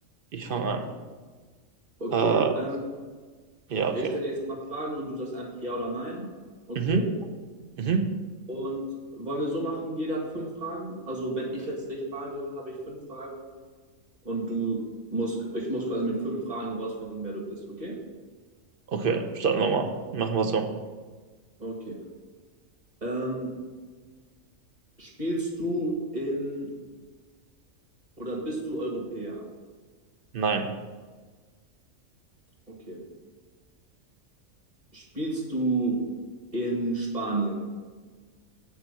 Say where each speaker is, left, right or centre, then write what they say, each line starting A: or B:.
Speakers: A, on the right (about 50°); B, on the right (about 30°).
A: Ich fange an.
B: Okay.
A: Äh,
B: Ähm,
A: ja, okay.
B: ich stelle dir jetzt mal Fragen und du sagst einfach ja oder nein. Okay.
A: Mhm, mhm.
B: Und wollen wir so machen, jeder hat fünf Fragen. Also wenn ich jetzt dich frage, habe ich fünf Fragen und du musst, ich muss quasi mit fünf Fragen rausfinden, wer du bist, okay?
A: Okay, starten wir mal. Machen wir so.
B: Okay. Ähm, spielst du in oder bist du Europäer?
A: Nein.
B: Okay. Spielst du in Spanien?